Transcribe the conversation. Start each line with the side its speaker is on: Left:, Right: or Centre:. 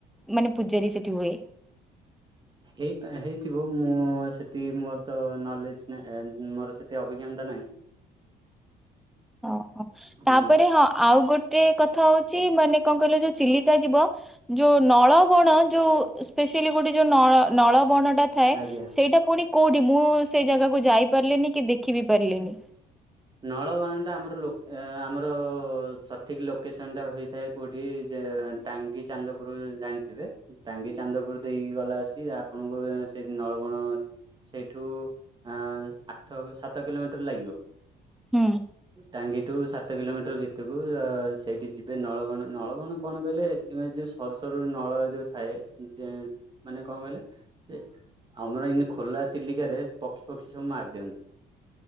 Centre: ମାନେ ପୂଜାରୀ ସେଠି ହୁଏ।
Right: ହେଇ ହେଇଥିବ ମୁଁ ସେଠି ମୋର ତ ନଲେଜ ନାଁ ମୋର ସେତି ଅଭିଜ୍ଞତା ନାହିଁ। <inaudible>
Centre: ଓହୋ
Right: ହୁଁ
Centre: ତାପରେ ହଁ ଆଉ ଗୋଟେ କଥା ହଉଛି ମାନେ କଣ କହିଲ ଯୋଉ ଚିଲିକା ଯିବ ଯୋଉ ନଳବଣ ଯୋଉ ସ୍ପେସିଆଲି ଗୋଟେ ଯୋଉ ନ ନଳବଣ ଟା ଥାଏ
Right: ଆଜ୍ଞା
Centre: ସେଇଟା ପୁଣି କୋଉଠି ମୁଁ ସେଇ ଜାଗାକୁ ଯାଇ ପାରିଲିନି କି ଦେଖି ବି ପାରିଲିନି
Right: ନଳବଣ ଟା ଆମର ଲ ଆମର ସଠିକ ଲୋକେସନ ଟା ହେଇଥାଏ କୋଉଠି ଟାଙ୍ଗି ଚାନ୍ଦପୁର ଜାଣିଥିବେ ଟାଙ୍ଗି ଚାନ୍ଦପୁର ଦେଇକି ଗଲା ଆସି ଆପଣଙ୍କୁ ସେଠି ନଳବଣ ସେଇଠୁ ଅ ଆଠ ସାତ କିଲୋମିଟର ଲାଗିବ।
Centre: ହୁଁ
Right: ଟାଙ୍ଗିଠୁ ସାତ କିଲୋମିଟର ଭିତକୁ ସେଇଠି ଯିବ। ଏବେ ନଳବଣ ନଳବଣ କଣ କହିଲେ ଯୋଉ ସରୁ ସରୁ ନଳ ଯୋଉ ଥାଏ ମାନେ କଣ କହିଲେ ସେ ଆମର ଏନ ଖୋଲା ଚିଲିକାରେ ପକ୍ଷୀ ପକ୍ଷୀ ସବୁ ମାରି ଦିଅନ୍ତି।